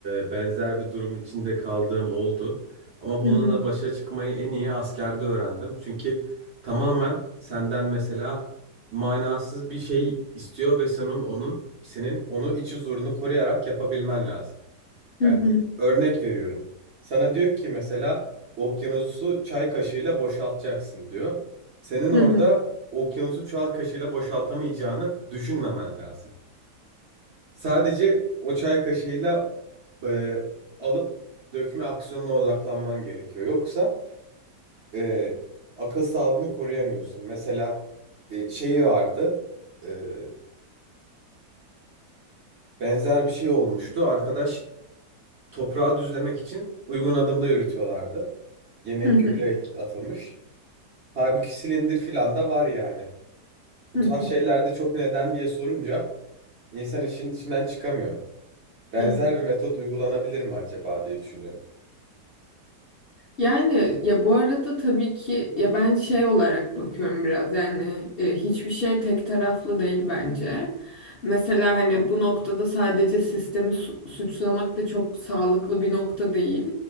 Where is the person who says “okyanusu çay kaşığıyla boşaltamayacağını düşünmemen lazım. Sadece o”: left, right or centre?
Right